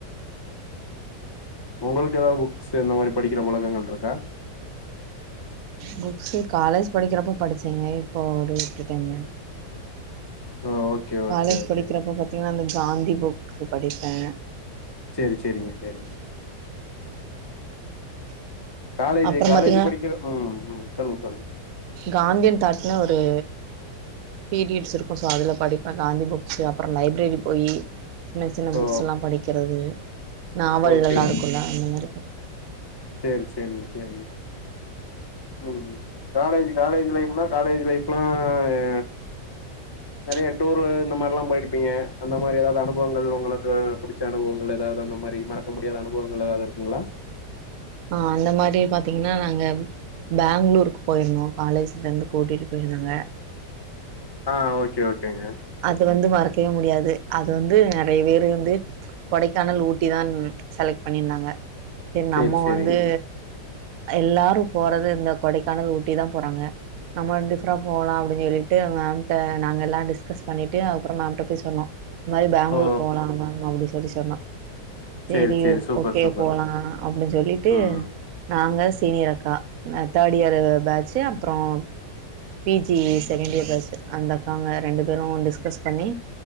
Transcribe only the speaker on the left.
உங்களுக்கு ஏதாது புக்ஸ்சு இந்த மாரி படிக்கிற பழக்கங்கள் இருக்கா
ஓ ஓகே
ஓகேங்க
சேரி சேரிங்க சேரிங்க காலேஜு
காலேஜ்
படிக்கிற ம் ம் சொல்லுங்க சொல்லுங்க
ஓ
ஓகே
சேரி சேரிங்க சேரிங்க ம் காலேஜ் காலேஜ் லைஃப்னா காலேஜ் லைஃப்லா ஏ
நெறைய டூரு இந்த மார்லா போயிருப்பீங்க அந்த மாரி எதாவது அனுபவங்கள் உங்களுக்கு புடிச்ச அனுபவங்கள் எதாவது அந்த மாரி மறக் முடியாத அனுபவங்கள் எதாவது இருக்குங்களா
ஆ ஓகே ஓகேங்க
சேரி
சேரிங்க
ஓ
சேரி சேரி
சூப்பர்
சூப்பருங்க
ம்